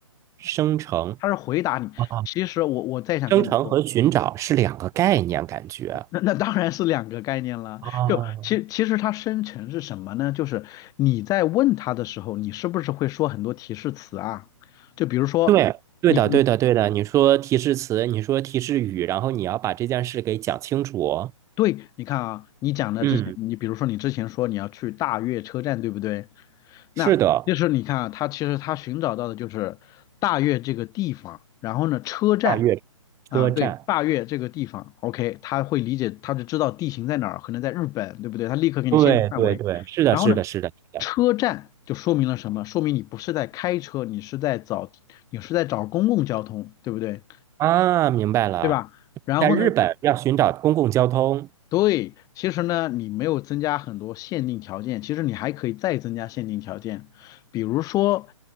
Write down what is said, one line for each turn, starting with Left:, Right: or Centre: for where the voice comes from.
Right: 生成。
Left: 它是回答你。
Right: 啊。
Left: 其实我我再想跟你说。
Right: 生成和寻找是两个概念，感觉。
Left: 那那当然是两个概念了。
Right: 哦，
Left: 就其其实它生成是什么呢？就是你在问他的时候，你是不是会说很多提示词啊？就比如说你你
Right: 对，对的，对的，对的。你说提示词，你说提示语，然后你要把这件事给讲清楚。
Left: 对，你看啊，你讲的之前，
Right: 嗯，
Left: 你比如说你之前说你要去大悦车站，对不对？那就是你看啊，
Right: 是的，
Left: 他其实他寻找到的就是大悦这个地方，然后呢，车站
Right: 大悦车站。
Left: 啊，对，大悦这个地方，OK，他会理解，他就知道地形在哪儿，可能在日本，对不对？他立刻给你限定范围。
Right: 对，对，对，是的，
Left: 然后呢，
Right: 是的，是的，是的。
Left: 车站就说明了什么？说明你不是在开车，你是在找，你是在找公共交通，对不对？
Right: 啊，明白了。
Left: 对吧？然后呢，
Right: 在日本要寻找公共交通
Left: 对，其实呢，你没有增加很多限定条件，其实你还可以再增加限定条件，比如说